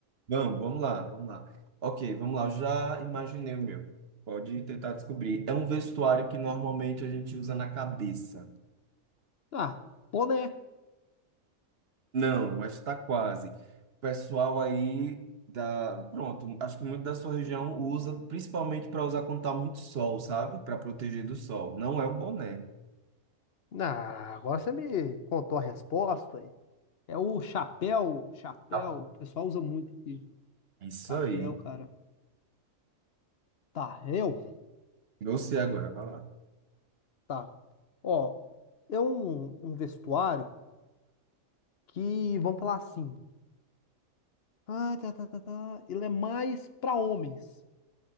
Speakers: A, on the right; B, on the left.
A: Vamos, vamos lá, vamos lá. Ok, vamos lá. Eu já imaginei o meu. Pode tentar descobrir. É um vestuário que normalmente a gente usa na cabeça.
B: Ah, boné.
A: Não, mas tá quase. O pessoal aí da. Pronto, acho que muito da sua região usa, principalmente para usar quando tá muito sol, sabe? Para proteger do sol. Não é o boné.
B: Ah, agora você me contou a resposta aí. É o chapéu, chapéu,
A: Tá.
B: o pessoal usa muito aqui.
A: É isso
B: Chapéu,
A: aí.
B: cara. Tá, eu?
A: Você agora, vai lá.
B: Tá. Ó, é um, um vestuário que, vamos falar assim, ah, tá, tá, tá, tá, ele é mais pra homens,